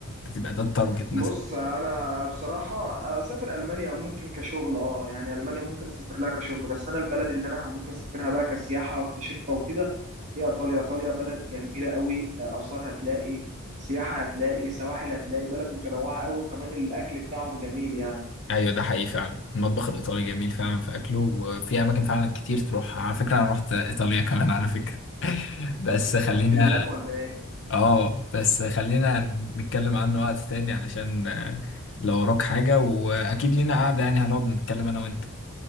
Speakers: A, on the left; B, on the right.
A: بتبقى ده التارجت
B: بص
A: مثلا
B: انا بصراحه اسافر المانيا ممكن كشغل اه يعني المانيا ممكن اسافر لها كشغل بس انا البلد اللي انا هموت واسافرها بقى كسياحه واكتشفها وكده هي ايطاليا ايطاليا بلد جميله قوي اثار هتلاقي سياحه هتلاقي سواحل هتلاقي بلد متنوعه قوي وكمان الاكل بتاعهم جميل يعني
A: ايوه ده حقيقي فعلا المطبخ الايطالي جميل فعلا في اكله وفي اماكن فعلا كتير تروح على فكره انا رحت ايطاليا <laughs> كمان على فكره <laughs> بس خلينا
B: رحت ميلان ولا ايه
A: اه بس خلينا نتكلم عنه وقت تاني علشان آه، لو وراك حاجه واكيد لينا قعده يعني هنقعد نتكلم انا وانت